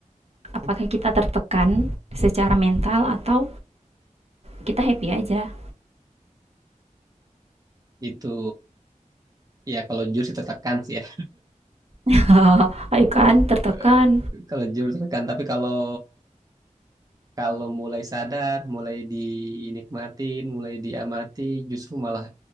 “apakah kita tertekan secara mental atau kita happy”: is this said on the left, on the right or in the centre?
Right